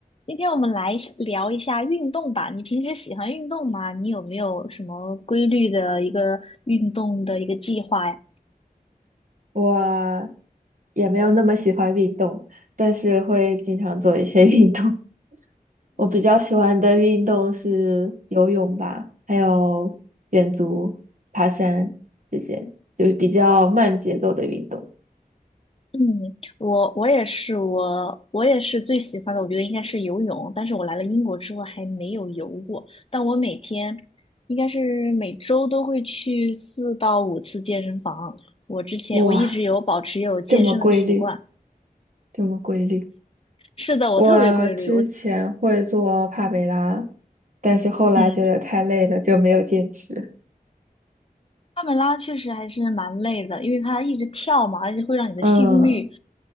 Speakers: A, on the left (about 40°); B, on the right (about 60°).
A: 今天我们来聊一下运动吧。你平时喜欢运动吗？你有没有什么规律的一个运动的一个计划呀？
B: 我也没有那么喜欢运动，但是会经常做一些 <laughs> 运动。我比较喜欢的运动是游泳吧，还有远足、爬山这些，就是比较慢节奏的运动。
A: 嗯，我我也是，我我也是最喜欢的，我觉得应该是游泳。但是我来了英国之后还没有游过，但我每天应该是每周都会去四到五次健身房。我之前我一直有保持有健身的习惯。
B: 哇，这么规律，这么规律。
A: 是的，我特别规律。
B: 我之前会做帕梅拉，
A: 我
B: 但是后来觉得太累了，
A: 嗯。
B: 就没有坚持。
A: 帕梅拉确实还是蛮累的，因为它一直跳嘛，而且会让你的心率
B: 嗯